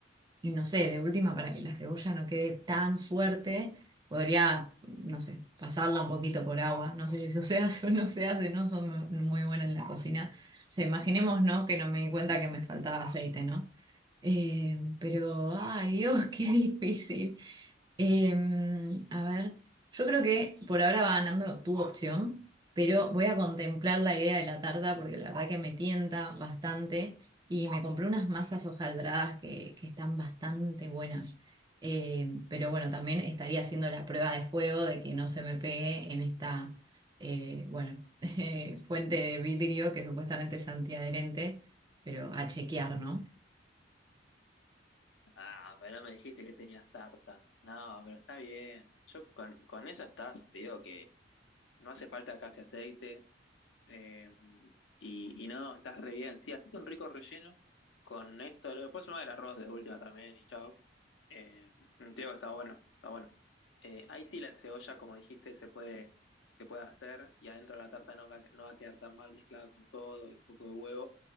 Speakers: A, on the right; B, on the left.
A: y no sé, de última para que la cebolla no quede tan fuerte, podría, no sé, pasarla un poquito por agua. No sé si eso se hace <laughs> o no se hace, no soy mu- muy buena en la cocina. O sea, imaginemos, ¿no? Que no me di cuenta que me faltaba aceite, ¿no? Eh, pero, ay Dios, <laughs> qué difícil. Em, a ver, yo creo que por ahora va ganando tu opción, pero voy a contemplar la idea de la tarta porque la verdad que me tienta bastante y me compré unas masas hojaldradas que, que están bastante buenas. Em, pero bueno, también estaría haciendo la prueba de fuego de que no se me pegue en esta, eh, bueno, <laughs> eh, fuente de vidrio que supuestamente es antiadherente, pero a chequear, ¿no?
B: Ah, pero no me dijiste que tenías tarta. No, pero está bien. Yo con, con esa estás, te digo que no hace falta casi aceite. eh, y, y no, estás re bien. Sí, hacete un rico relleno con esto. Lo- Después sumá el arroz de última también y chao. Eh, te digo que está bueno, está bueno. Eh, ahí sí la cebolla, como dijiste, se puede, se puede hacer y adentro de la tarta no va, no va a quedar tan mal mezclada con todo y un poco de huevo.